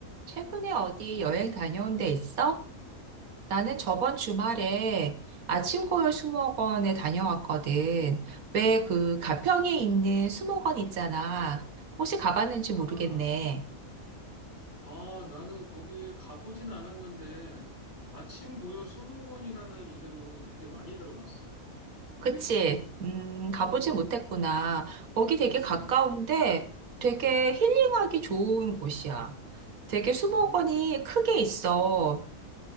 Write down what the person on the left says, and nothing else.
아,
아, 나는 거기 가보진 않았는데, 아침 고요 수목원이라는 이름은 되게 많이 들어봤어.
응
응
응
어,